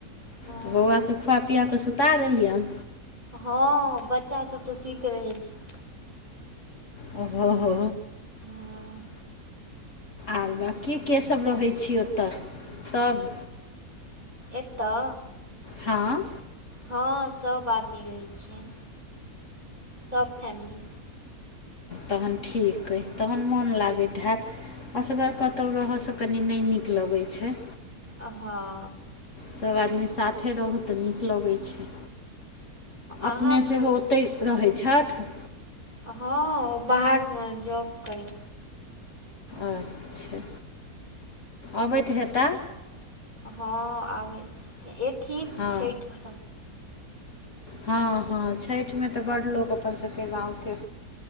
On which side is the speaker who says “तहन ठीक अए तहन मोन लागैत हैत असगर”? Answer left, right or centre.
Left